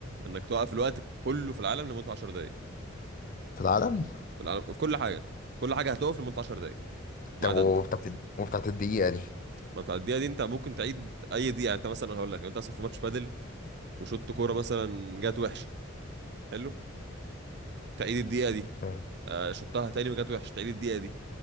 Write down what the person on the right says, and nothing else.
إنك توقف الوقت كله في العالم لمدة عشر دقايق
في العالم في كل حاجة كل حاجة هتقف لمدة عشر دقايق ما
عدا
أنت
ما في الدقيقة دي أنت ممكن تعيد أي دقيقة يعني أنت مثلا هقول لك لو أنت أصلا في ماتش بادل وشوط كورة مثلا جات وحشة حلو تعيد الدقيقة دي
آه، شطها تاني وجات وحشة تعيد الدقيقة دي